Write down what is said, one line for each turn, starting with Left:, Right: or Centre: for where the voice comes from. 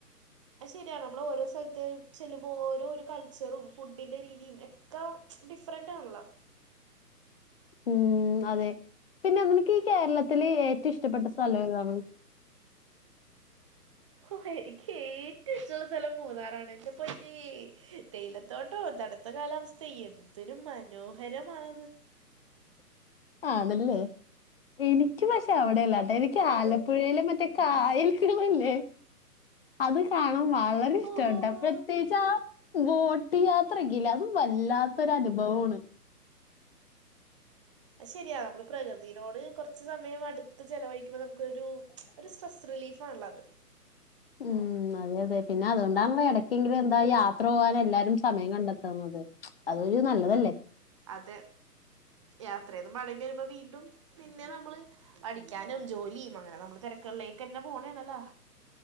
Right: അത് ശരിയാണ് നമ്മളോരോ സ്ഥൽത്ത് ചെല്ലുമ്പോ ഓരോരകൾച്ചറും ഫുഡിൻ്റെരീതിം ഒക്ക ഡിഫ്റന്റാൺല്ലോ
Left: ഉം അതെ പിന്നെ നിനക്ക് ഈ കേരളത്തില് ഏറ്റവും ഇഷ്ടപ്പെ ട്ടസ്ഥലേതാണ്
Right: ഓഹെ എനിക്ക് ഏറ്റവും ഇഷ്ട്ടൊള്ള സ്ഥലം മൂന്നാറാണ് എന്റെ പൊന്നേ തേയിലത്തോട്ടോം തണുത്തകാലാവസ്ഥ എന്തൊരുമനോഹരമാണത്
Left: ആണല്ലേ എനിക്ക് പഷെ അവ്ടെല്ലാട്ടെ എനിക്ക്
Right: അതെ
Left: ആലപ്പുഴയിലെ മറ്റേ കായൽകള് ഇല്ലേ അത്കാണാൻ വളരെഇഷ്ട്ടാണ്
Right: ഓഹോഹോ
Left: ട്ടാ പ്രത്യേകിച്ച് ആ ബോട്ട് യാത്രയക്കില്ലെ അത് വല്ലാത്തൊരനുഭവാണ്
Right: അഹ്‌ശരിയാ നമ്മള്പ്രകൃതിനോട് കൊറ്ച്ച്സമയം അടുത്ത്ചെലവഴിക്കുമ്പോ നമുക്ക് ഒരു ഒരു സ്ട്രെസ്സ് റിലീഫാണല്ലോ അത്
Left: ഉം അതെഅതെ പിന്നെ അതോണ്ടാണല്ലോ എടക്കെങ്കിലും എന്താ യാ ത്രൊ പോവാന് എല്ലാരും സമയം കണ്ടെത്തുന്നത് അതൊരു നല്ലതല്ലേ
Right: അതെ യാത്രേന്ന് മടങ്ങിവരുമ്പോ വീണ്ടും പിന്നെ നമ്മള് പടിക്കാനും ജോലിയും അങ്ങനെ നമ്മള് തെരക്കളിലേക്കെന്നെ പോണെണല്ലോ